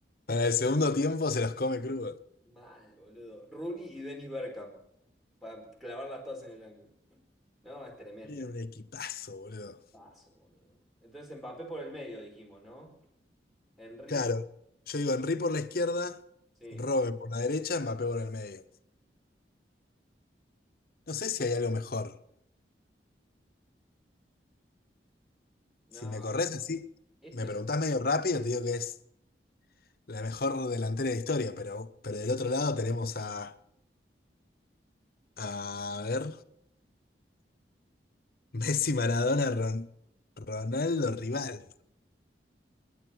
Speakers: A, on the left (about 55°); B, in the centre.
A: Para el segundo tiempo se los come crudo.
B: Mal, boludo. Rooney y Dennis Bergkamp. Para clavarlas todas en el ángulo. No, es tremendo.
A: Tiene un equipazo, boludo.
B: Paso, boludo. Entonces Mbappé por el medio, dijimos, ¿no? Henry,
A: Claro, yo digo Henry por la izquierda,
B: sí.
A: Robin por la derecha, Mbappé por el medio. No sé si hay algo mejor.
B: No,
A: Si me corres así,
B: esto
A: me preguntás
B: es.
A: medio rápido, te digo que es la mejor delantera de historia, pero, pero del otro lado tenemos a... A ver. Messi, Maradona, Ron- Ronaldo, Rivaldo.